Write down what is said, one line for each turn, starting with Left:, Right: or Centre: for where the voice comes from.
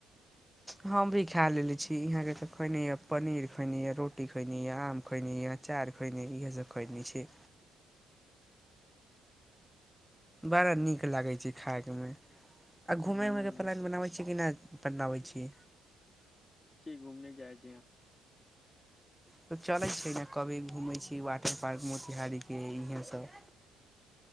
Centre: हम भी खाय लेले छी, यहाँ के तऽ खैने या पनीर खैने या, रोटी खैने या, आम खैने या, अचार खैने इहे सब खैने छी। बड़ा नीक लागै छै खायक मे। आ घूमय-उमय
Left: ह हँ
Centre: के प्लान बनाबै छियै कि ना पटना आबै छी।
Left: घुमने जाय छै।
Centre: त चलै छै ने कभी घूमे छी वाटर पार्क मोतिहारी। के इहे सब